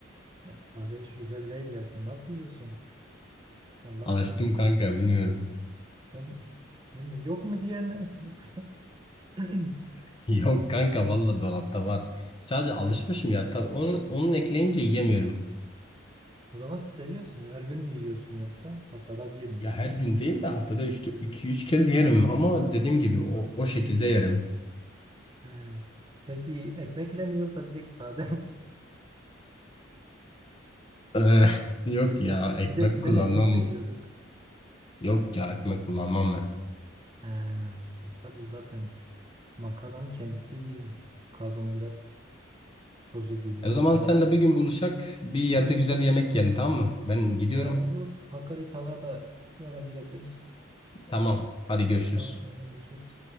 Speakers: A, on the right; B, on the left.
A: ya sade hiç güzel değil ya. Sen nasıl yiyorsun? Allah
B: Alıştım
A: aşkına.
B: kanka bilmiyorum.
A: Sen değil mi? Yok mu diye mi? Yoksa <clears throat>
B: <laughs> Yok kanka valla dolapta var. Sadece alışmışım ya. Ta- onu, onun ekleyince yiyemiyorum.
A: o zaman seviyorsun. Her gün mü yiyorsun yoksa haftada bir mi?
B: Ya her gün değil de haftada 2-3 kez yerim ama dediğim gibi o, o şekilde yerim.
A: He. Peki ekmekle mi yoksa direkt sade mi
B: Eh,
A: <laughs> genelde?
B: yok ya ekmek
A: Biz eskiden
B: kullanmam.
A: ekmekle yiyorduk.
B: Yok ya ekmek kullanmam ben.
A: He. Tabii zaten makarnanın kendisi bir karbonhidrat tozu gibi.
B: E o zaman
A: Bayağı.
B: senle bir gün buluşak bir yerde güzel bir yemek yiyelim tamam mı? Ben gidiyorum.
A: He, olur. Hakkari tavaya da ya da gidebiliriz.
B: Tamam. Hadi
A: Evet,
B: görüşürüz.
A: tamam. Tamam. Görüşürüz.